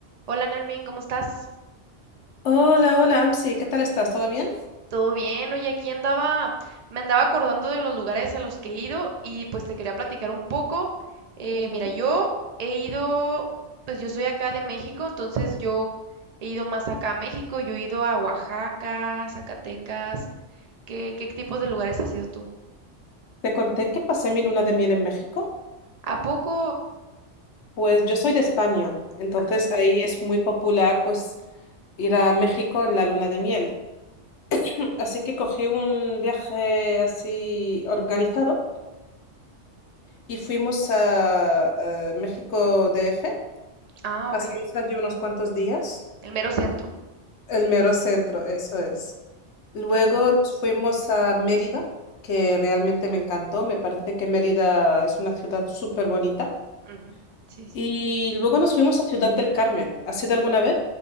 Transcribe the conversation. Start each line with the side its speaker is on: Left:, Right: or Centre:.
Right: Hola Nermin, ¿cómo estás?
Left: Hola, hola, Amsi, ¿qué tal estás? ¿Todo bien?
Right: ¿Todo bien? Oye, aquí andaba, me andaba acordando de los lugares a los que he ido y pues te quería platicar un poco. Eh,
Left: Ujú.
Right: mira, yo he ido, pues yo soy acá de México, entonces yo he ido más acá a México, yo he ido a Oaxaca, Zacatecas. ¿Qué, qué tipos de lugares has ido tú?
Left: Te conté que pasé mi luna de miel en México.
Right: ¿A poco?
Left: Pues yo soy de España, entonces
Right: Ah,
Left: ahí es muy popular pues ir a México en la luna de miel. <clears throat> Así que cogí un viaje así organizado y fuimos a, eh, México D F.
Right: ah,
Left: Pasamos
Right: ok,
Left: allí unos cuantos días
Right: el mero centro.
Left: El mero centro,
Right: Ujú.
Left: eso es. Luego
Right: ¿Qué?
Left: nos fuimos a Mérida, que realmente me encantó. Me parece que Mérida es una ciudad súper bonita.
Right: Ujú, Sí, sí.
Left: Y luego nos fuimos a Ciudad del Carmen. ¿Has ido alguna vez?